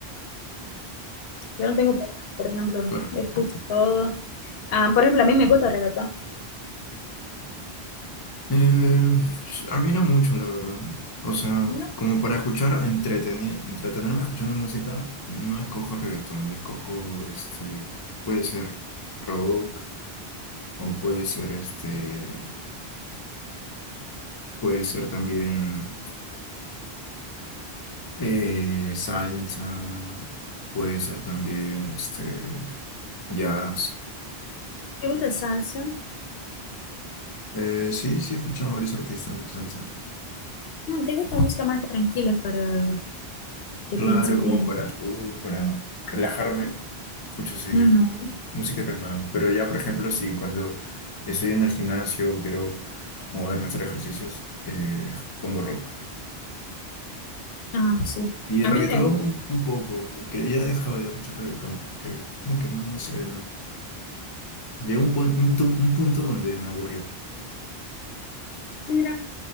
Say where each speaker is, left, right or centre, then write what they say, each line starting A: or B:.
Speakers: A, on the left (about 70°); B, on the left (about 30°).
A: Yo no tengo problema, por ejemplo,
B: Bueno,
A: escucho todo. Ah, por ejemplo, a mí me gusta el reggaetón.
B: eh, a mí no mucho, la verdad. O sea,
A: No,
B: como para escuchar, entreteni- entretenerme escuchando música, no escojo reggaetón, yo escojo, este, puede ser rock o puede ser, este, puede ser también... Eh, salsa, puede ser también este jazz.
A: te gusta salsa.
B: Eh, sí, sí he escuchado varios artistas de salsa.
A: No, te gusta música más tranquila para que
B: Claro,
A: pienses
B: como
A: bien.
B: para, uy, para relajarme, escucho sí
A: Ujú.
B: música calmada. Pero ya, por ejemplo, si cuando estoy en el gimnasio quiero moverme a hacer ejercicios, eh, pongo rock.
A: Ah, sí.
B: Y
A: A
B: reggaetón
A: mí me gusta.
B: un, un poco, porque ya he dejado de escuchar reggaetón, porque como que no, no sé, no. Llegó un, pun- un tu- un punto donde me aburrió.
A: Mira.